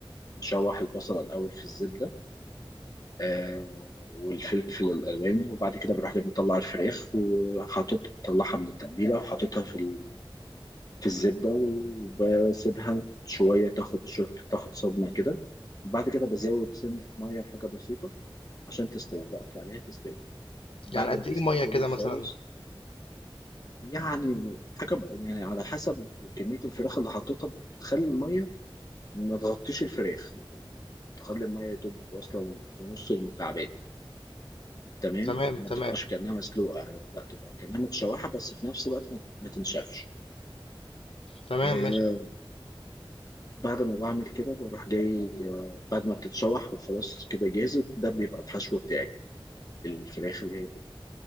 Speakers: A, on the left; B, on the left.
A: نشوح البصل الاول في الزبده آه والفلفل الالوان وبعد كده بروح جاي مطلع الفراخ وحاطط طلعها من التتبيله وحاططها في ال... في الزبده وبسيبها شويه تاخد شك... تاخد صدمه كده بعد كده بزود سنة مية حاجة بسيطة عشان تستوي بقفل عليها تستوي بعد
B: يعني قد
A: ما تستوي
B: إيه مية كده
A: خالص
B: مثلا
A: يعني حاجة بقى- يعني على حسب كمية الفراخ اللي حطيتها بتخلي المية ما تغطيش الفراخ يعني تخلي المية يدوب أصلا لنص المكعبات تمام
B: تمام
A: ما
B: تمام
A: تبقاش كأنها مسلوقة لا تبقى كأنها متشوحة بس في نفس الوقت ما ما تنشفش
B: تمام
A: آه
B: ماشي
A: بعد ما بعمل كده بروح جاي آه بعد ما بتتشوح وخلاص كده جاهزة ده بيبقى الحشو بتاعي الفراخ اللي هي